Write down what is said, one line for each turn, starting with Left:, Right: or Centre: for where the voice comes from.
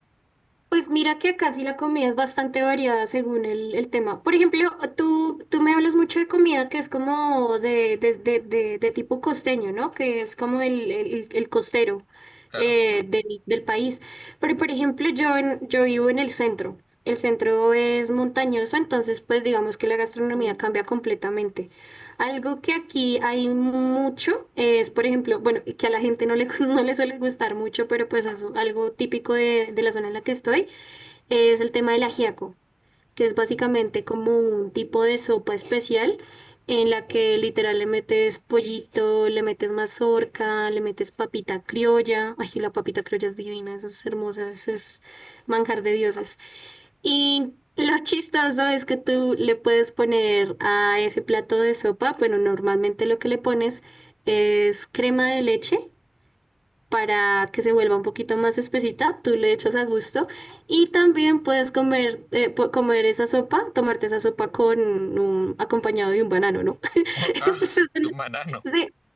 Right: Pues mira que acá sí la comida es bastante variada según el, el tema. Por ejemplo, tú, tú me hablas mucho de comida que es como de, de, de, de, de tipo costeño, ¿no? Que es como el, el, el costero
Left: Claro.
Right: eh, del, del país. Pero por ejemplo, yo, en- yo vivo en el centro. El centro es montañoso, entonces pues digamos que la gastronomía cambia completamente. Algo que aquí hay mucho es, por ejemplo, bueno, y que a la gente no le, <laughs> no le suele gustar mucho, pero pues es algo típico de de la zona en la que estoy es el tema del ajiaco, que es básicamente como un tipo de sopa especial en la que literal le metes pollito, le metes mazorca, le metes papita criolla. Ay, la papita criolla es divina, esa es hermosa, eso es manjar de dioses. Y lo chistoso es que tú le puedes poner a ese plato de sopa, bueno, normalmente lo que le pones es crema de leche para que se vuelva un poquito más espesita, tú le echas a gusto y también puedes comer, eh, po- comer esa sopa, tomarte esa sopa con un acompañado de un banano, ¿no? <laughs>
Left: Oh, ah,
Right: Entonces,
Left: de un banano.
Right: sí,